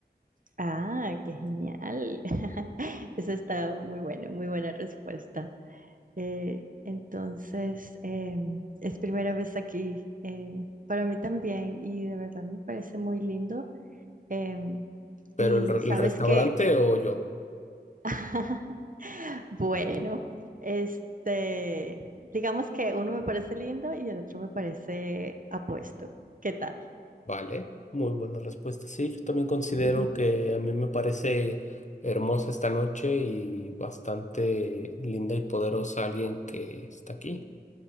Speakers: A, on the right (about 50°); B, on the left (about 45°).
A: Ah, qué genial. <laughs> Eso está muy bueno, muy buena respuesta. Eh, entonces, em, es primera vez aquí eh, para mí también y de verdad me parece muy lindo. Em,
B: ¿Pero
A: y
B: el, re-
A: sabes
B: el restaurante
A: que,
B: o yo?
A: <laughs> bueno, este, digamos que uno me parece lindo y el otro me parece apuesto. ¿Qué tal?
B: Vale, muy buena respuesta. Sí, yo también considero
A: <laughs>
B: que a mí me parece hermosa esta noche y bastante linda y poderosa alguien que está aquí.